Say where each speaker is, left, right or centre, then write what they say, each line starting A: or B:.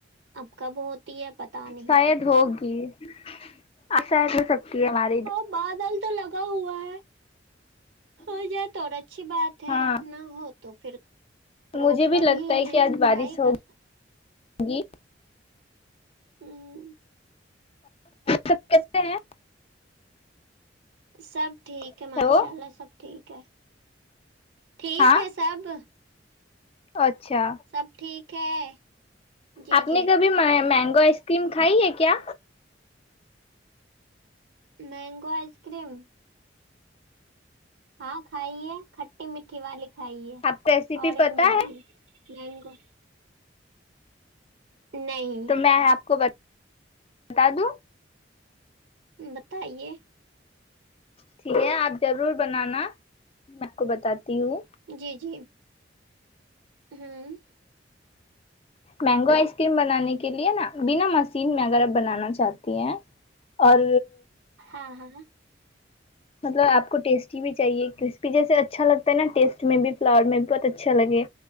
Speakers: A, on the right; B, on the left.
A: اب کب ہوتی ہے پتا نہیں
B: شاید ہوگی اپ سہ نہ سکتی ہے وہاں
A: ہاں بادل تو لگا ہوا ہے ہو جائے تو اور اچھی بات ہے
B: ہاں
A: نہ ہو تو پھر پربلم
B: مجھے بھی لگتا
A: ہی ہے
B: کہ آج
A: کیا
B: بارش
A: ہی کر سکتے
B: ہوگی
A: ھمم
B: سب کیسے ہیں
A: سب ٹھیک
B: ہیلو
A: ہے ماشاء اللہ سب ٹھیک ہے ٹھیک
B: ہاں
A: ہے سب
B: اچھا
A: سب ٹھیک ہے جی
B: آپ
A: جی
B: نے کبھی میں مینگو آئس کریم کھائی ہے کیا
A: مینگو آئس کریم ہاں کھائی ہے کھٹی میٹھی والی کھائی ہے
B: آپ کو ریسیپی
A: اورنج
B: پتا
A: والی
B: ہے
A: منگو نہیں
B: تو میں آپ کو بت بتا دوں
A: بتائیے
B: ٹھیک ہے آپ ضرور بنانا میں آپ کو بتاتی ہوں
A: جی جی ھمم
B: مینگو آئس کریم بنانے کے لیے نا بنا مشین میں اگر آپ بنانا چاہتی ہیں اور
A: ہاں ہاں
B: مطلب آپ کو ٹیسٹی بھی چاہیے کرسپی جیسے اچھا لگتا ہے نا ٹیسٹ میں بھی فلاور میں بھی بہت اچھا لگے